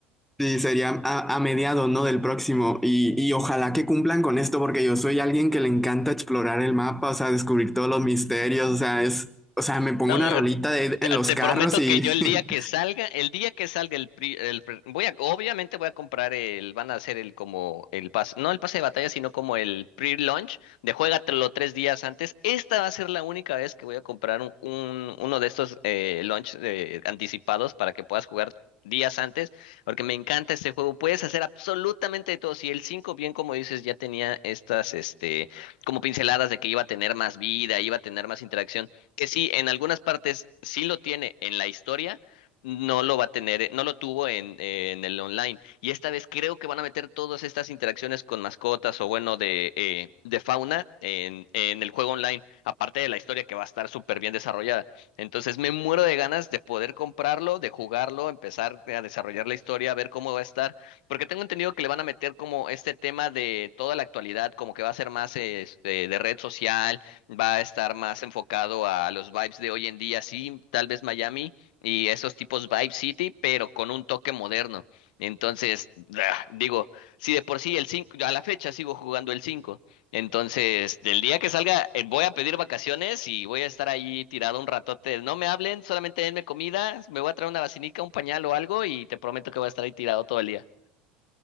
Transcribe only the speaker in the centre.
Sí, sería a, a mediados, ¿no? Del próximo. Y, y ojalá que cumplan con esto, porque yo soy alguien que le encanta explorar el mapa, o sea, descubrir todos los misterios, o sea, es, o sea, me pongo
una rolita de-
en los
carros
y...
<laughs>